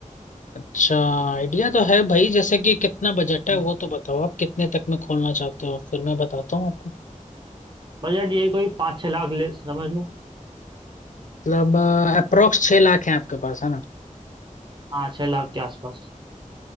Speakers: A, on the left (about 65°); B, on the right (about 35°).
A: अच्छा आइडिया तो है भाई जैसे कि कितना बजट है
B: हम्म
A: वो तो बताओ आप कितने तक में खोलना चाहते हो फिर मैं बताता हूँ आपको
B: बजट यही कोई पाँच छः लाख ले समझ लो
A: मतलब अप्रोक्स छह लाख है आपके पास है ना
B: हाँ छः लाख के आसपास